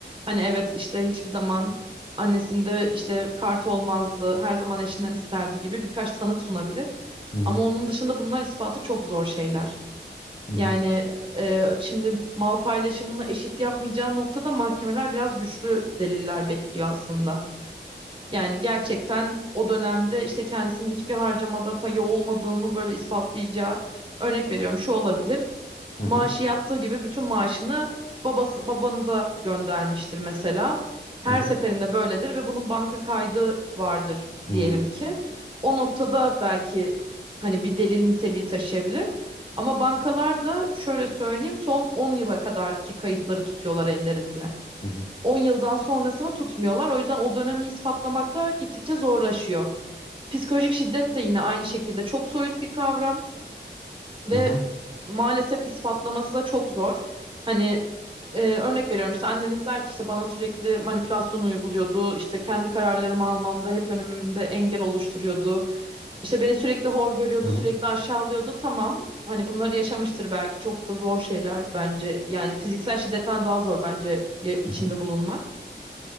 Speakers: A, on the right; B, on the left.
A: Hani evet işte hiçbir zaman annesinde işte kart olmazdı, her zaman eşinden isterdi gibi birkaç tanık sunabilir.
B: Hı hı,
A: Ama onun dışında bunlar ispatı çok zor şeyler.
B: hı hı,
A: Yani e, şimdi mal paylaşımını eşit yapmayacağı noktada mahkemeler biraz güçlü deliller bekliyor aslında. Yani gerçekten o dönemde işte kendisinin hiçbir harcamada payı olmadığını böyle ispatlayacağı örnek veriyorum şu olabilir
B: hı
A: maaşı
B: hı,
A: yattığı gibi bütün maaşını babası babanıza göndermiştir mesela. Her
B: hı hı,
A: seferinde böyledir ve bunun banka kaydı vardır
B: hı
A: diyelim
B: hı,
A: ki. O noktada belki hani bir delil niteliği taşıyabilir. Ama bankalar da şöyle söyleyeyim son 10 yıla kadarki kayıtları tutuyorlar ellerinde.
B: hı hı,
A: 10 yıldan sonrasını tutmuyorlar. O yüzden o dönemi ispatlamak da gittikçe zorlaşıyor. Psikolojik şiddet de yine aynı şekilde çok soyut bir kavram. Ve
B: hı hı,
A: maalesef ispatlaması da çok zor. Hani e, örnek veriyorum işte anneniz der ki işte bana sürekli manipülasyon uyguluyordu. İşte kendi kararlarımı almamda hep önümde engel oluşturuyordu. İşte beni sürekli hor görüyordu,
B: hı hı,
A: sürekli aşağılıyordu. Tamam. Hani bunları yaşamıştır belki. Çok da zor şeyler bence. Yani fiziksel şiddetten daha zor bence ya- içinde
B: hı hı.
A: bulunmak.